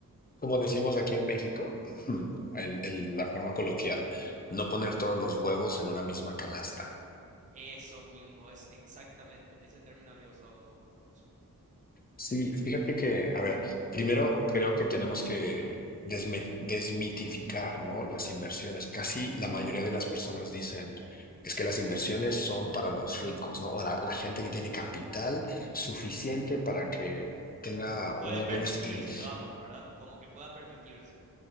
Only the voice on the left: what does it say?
como decimos aquí en México, <clears throat> el- el- la forma coloquial, no poner todos los huevos en una misma canasta.
Sí, fíjate que, a ver,
primero creo que tenemos que desme- desmitificar, ¿no? Las inversiones. Casi la mayoría de las personas dicen es que las inversiones son para los ricos, ¿no? O la, la gente que tiene capital suficiente para que tenga
unos
buenos, ingresos,